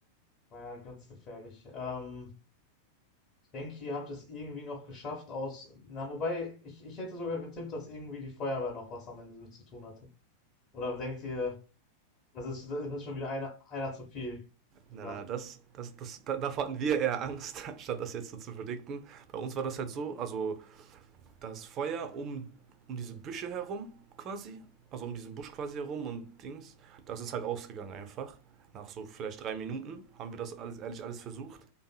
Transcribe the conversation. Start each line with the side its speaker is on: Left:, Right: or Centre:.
Left: war ja ganz gefährlich. Ähm, Ich denke, ihr habt es irgendwie noch geschafft aus. Na, wobei, ich, ich hätte sogar getippt, dass irgendwie die Feuerwehr noch was am Ende mit zu tun hatte. Oder denkt ihr, das ist, das ist schon wieder einer einer zu viel gedacht?
Right: Na, na, das, das, das, da- davor hatten wir eher Angst, <laughs> anstatt das jetzt so zu verdikten. Bei uns war das halt so,
Left: Mhm.
Right: also das Feuer um, um diese Büsche herum quasi, also um diesen Busch quasi herum und Dings, das ist halt ausgegangen einfach. Nach so vielleicht drei Minuten haben wir das alles, ehrlich alles versucht.